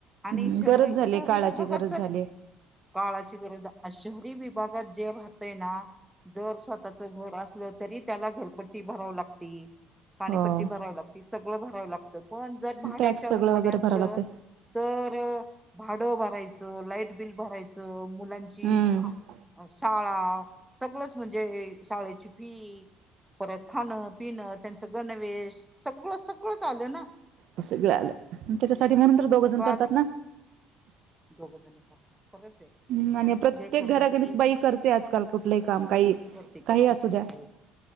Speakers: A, in the centre; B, on the right.
A: आणि
B: हम्
A: शहरी
B: गरज झाले
A: शहरी
B: काळाची
A: विभागात
B: गरज
A: तर
B: झाले.
A: काळाची गरज शहरी विभागात जे राहतय ना. जर स्वतःच घर असलं तरी त्याला घरपट्टी भराव लागते. पाणीपट्टी
B: हो
A: भरावी लागते सगळं भरावं लागत. पण जर भाड्याच्या
B: टॅक्स सगळं
A: रूम मध्ये
B: वगैरे
A: असलं
B: भरावं लागते
A: तर. भाडं भरायचं लाईट बिल भरायचं मुलांची
B: हम्म
A: ख शाळा. सगळंच म्हणजे शाळेची फी. परत खाणं पिणं त्यांचं गणवेश सगळं सगळंच आल ना.
B: असगळं आलं त्याच्यासाठी म्हणून तर दोघंजण
A: सगळं
B: करतात
A: आलं
B: ना.
A: दोघ जण करतात खरंच आहे
B: हम् आणि
A: बाई म्हणजे
B: प्रत्येक
A: खरंच
B: घराकच
A: एक
B: बाई करते आजकाल. कुठलंही काम काही
A: करते
B: काही
A: करते
B: असू
A: करते
B: द्या.